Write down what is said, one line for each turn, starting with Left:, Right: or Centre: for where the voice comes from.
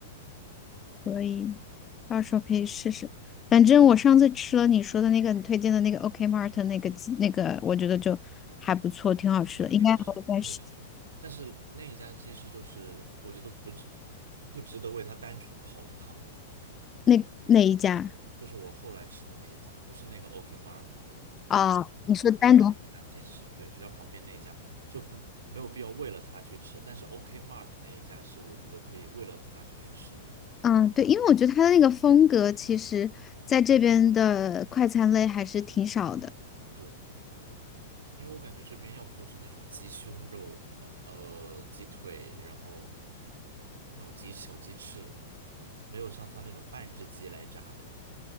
Left: 嗯到时候可以试试。反正我上次吃了你说的那个，你推荐的那个 OK Mart 那个鸡那个，我觉得就还不错，挺好吃的，
Right: 对，
Left: 应该还会再试。
Right: 那个是那个是，但是那一家鸡翅就是我觉得不值不值得为它单纯跑一趟，
Left: 那那一家
Right: 就是我后来吃的那一家，不是那个 OK Mark，
Left: 啊，
Right: 是呃另外那家鸡翅，
Left: 哦你说单独？
Right: 对，学校旁边那一家就不没有必要为了它去吃，但是 OK Mart 那一家是我觉得可以为了它就去吃的，
Left: 嗯，对，因为我觉得它的那个风格，其实在这边的快餐类还是挺少的。
Right: 对，因为我感觉这边要不就是那种鸡胸肉，呃呃鸡腿，然后那种鸡小鸡翅，没有像它那种半只鸡来炸的。